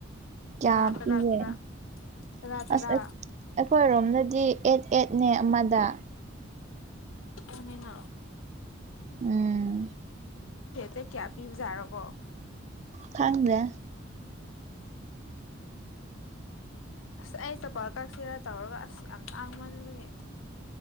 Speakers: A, on the right; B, on the left.
A: ꯀꯌꯥ
B: ꯇꯔꯥ ꯇꯔꯥ
A: ꯄꯤꯒꯦ
B: ꯇꯔꯥ ꯇꯔꯥ ꯇꯔꯥ
A: ꯑꯁ ꯑꯩꯈꯣꯏꯔꯣꯝ ꯑꯗꯨꯗꯤ ꯑꯦꯠ ꯑꯦꯠꯅꯦ ꯑꯃꯗ
B: ꯑꯅ
A: ꯎꯝ
B: ꯍ ꯀ꯭ꯌꯥ ꯄꯤꯖꯥ ꯑꯀꯣ
A: ꯈꯪꯪꯗ
B: ꯑꯁ ꯑꯩ ꯆꯄꯥꯜ ꯀꯛꯁꯤꯔꯥ ꯇꯧꯔꯒ ꯑꯁ ꯌꯥꯝ ꯇꯥꯡꯃꯟꯕꯒꯤꯦ